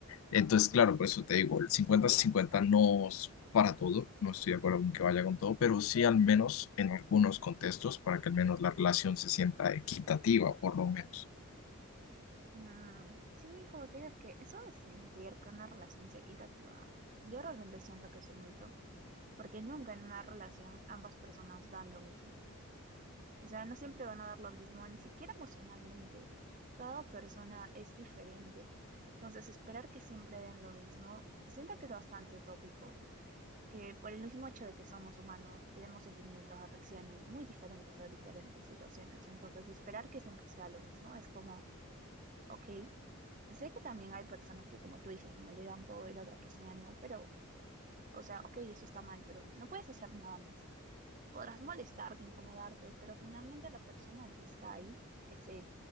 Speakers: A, on the left; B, on the right.
A: Entonces, claro, por eso te digo, el cincuenta cincuenta no es para todo, no estoy de acuerdo con que vaya con todo, pero sí al menos en algunos contextos para que al menos la relación se sienta equitativa, por lo menos.
B: Mm, sí, como te digo, es que eso de sentir que una relación sea equitativa, yo realmente siento que es un mito. porque nunca en una relación ambas personas dan lo mismo. O sea, no siempre van a dar lo mismo, ni siquiera emocionalmente. Cada persona es diferente. Entonces, esperar que siempre den lo mismo, siento que es bastante utópico, que por el mismo hecho de que somos humanos, tenemos sentimientos, reacciones muy diferentes a diferentes situaciones. Entonces, esperar que siempre sea lo mismo es como, ok, sé que también hay personas que, como tú dices, no le dan todo y la otra persona no, pero, o sea, ok, eso está mal, pero no puedes hacer nada más. Podrás molestarte, incomodarte, pero finalmente la persona que está ahí es él